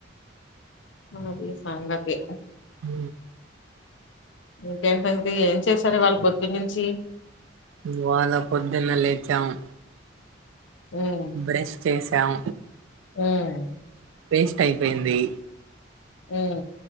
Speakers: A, on the left; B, on the right.
A: అద సంగతి
B: హ
A: ఇంకేంటండి ఏం చేసారు వాళ్ళ పొద్దు నుంచి
B: వాళ పొద్దున్న లేచాము
A: ఉమ్
B: బ్రష్ చేసాం
A: ఉమ్
B: పేస్ట్ అయిపోయింది
A: హ్